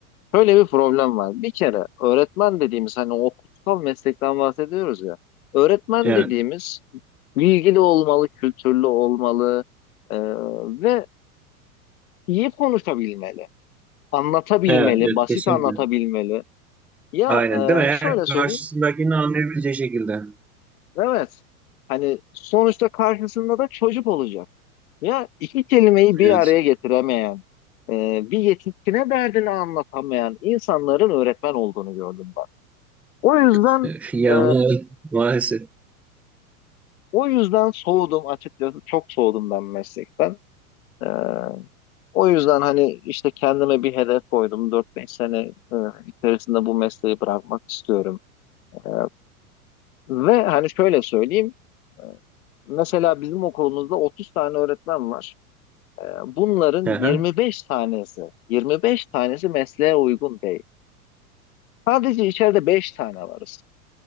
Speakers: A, on the left; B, in the centre.
A: şöyle bir problem var. Bir kere öğretmen dediğimiz hani o kutsal meslekten bahsediyoruz ya. Öğretmen
B: Evet,
A: dediğimiz bilgili olmalı, kültürlü olmalı e, ve iyi konuşabilmeli, anlatabilmeli,
B: evet, evet,
A: basit
B: kesinlikle.
A: anlatabilmeli. Ya
B: Aynen,
A: e,
B: değil mi? Yani
A: şöyle söyleyeyim,
B: karşısındakini anlayabileceği şekilde.
A: evet hani sonuçta karşısında da çocuk olacak. Ya iki kelimeyi bir
B: Evet.
A: araya getiremeyen, e, bir yetişkine derdini anlatamayan insanların öğretmen olduğunu gördüm ben. O yüzden
B: <laughs> Ya
A: e,
B: ma- maalesef.
A: o yüzden soğudum açıkçası. Çok soğudum ben meslekten. E, o yüzden hani işte kendime bir hedef koydum. dört beş sene e, içerisinde bu mesleği bırakmak istiyorum. E, ve hani şöyle söyleyeyim. e, Mesela bizim okulumuzda 30 tane öğretmen var. E, Bunların
B: Hı hı.
A: 25 tanesi, 25 tanesi mesleğe uygun değil. Sadece içeride 5 tane varız.